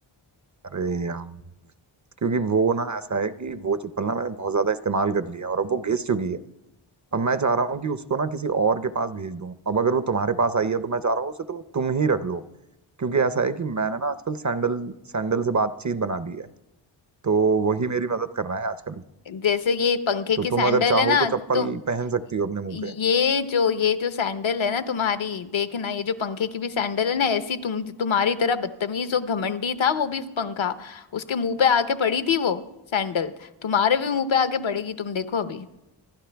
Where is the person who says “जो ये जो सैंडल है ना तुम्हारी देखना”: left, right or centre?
Left